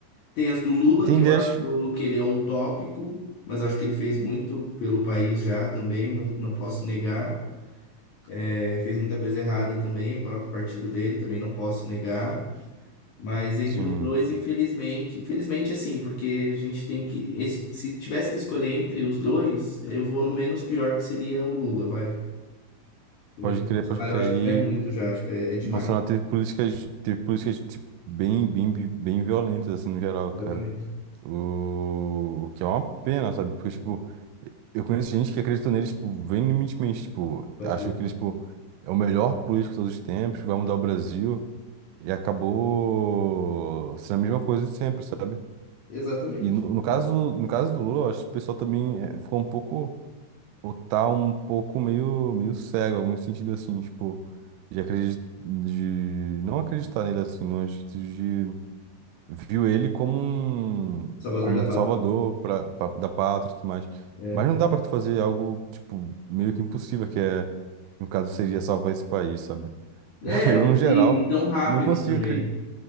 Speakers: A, on the left; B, on the right.
A: Tem as do Lula,
B: Tem
A: que
B: ideias,
A: eu acho que ele é utópico, mas eu acho que ele fez muito pelo país já também, não, não posso negar. Eh, fez muita coisa errada também, o próprio partido dele também não posso negar. Mas entre
B: sim,
A: os dois, infelizmente, infelizmente assim, porque a gente tem que, es- se tivesse que escolher entre os dois, eu vou no menos pior que seria o Lula, vai. Entendeu?
B: pode
A: O
B: crer,
A: Bolsonaro
B: pode crer.
A: eu acho que
B: E
A: já é muito já, tipo, é, é demais.
B: o Bolsonaro teve políticas, teve políticas tipo, bem, bem, bi- bem violentas, assim, no geral,
A: Exatamente.
B: cara. O, o que é uma pena, sabe? Porque, tipo, eu conheço gente que acreditou nele, tipo, veementemente, tipo,
A: Pode
B: achou
A: crer.
B: que ele, tipo, é o melhor político de todos os tempos, vai mudar o Brasil, e acabou sendo a mesma coisa de sempre, sabe?
A: Exatamente.
B: E no, no caso, no caso do Lula, eu acho que o pessoal também eh, ficou um pouco. ou tá um pouco meio, meio cego, algum sentido assim, tipo, de acreditar, de não acreditar nele assim, não, acho de viu ele como um,
A: Salvador
B: como
A: da
B: um salvador
A: pátria.
B: pra, pra- da pátria e tudo mais.
A: É.
B: Mas não dá pra tu fazer algo, tipo, meio que impossível, que é, no caso, seria salvar esse país, sabe? <laughs>
A: É,
B: Eu,
A: não
B: no geral,
A: sei, e tão rápido
B: não consigo
A: também.
B: acreditar.